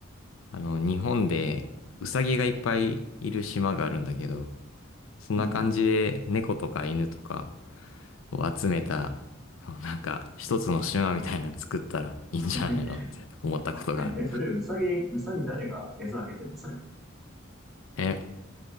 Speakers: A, on the left; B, in the centre.
A: あの、日本でウサギがいっぱいいる島があるんだけど、そんな感じで猫とか犬とか
B: うん。
A: を集めた、そうなんか一つの島みたいなの作ったらいいんじゃないのって思ったことがある。
B: <laughs> え、それ、うさぎ、うさぎ誰が餌あげてんのそれ。
A: え、